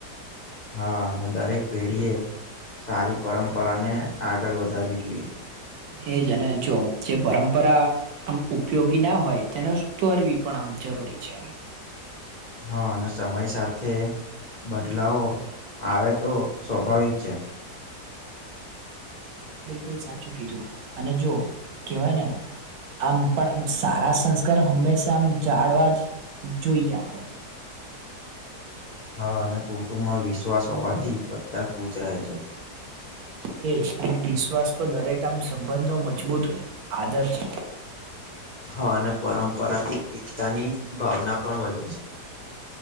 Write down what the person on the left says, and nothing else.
હા અને દરેક પેઢી એ સારી પરંપરાને આગળ વધારવી જોઈએ.
હા અને સમય સાથે બદલાવો આવે તો સ્વાભાવિક છે,
હા અને કુટુંબમાં વિશ્વાસ હોવાથી બધા ખુશ રહે છે.
હા અને પરંપરાથી એકતાની ભાવના પણ વધે છે.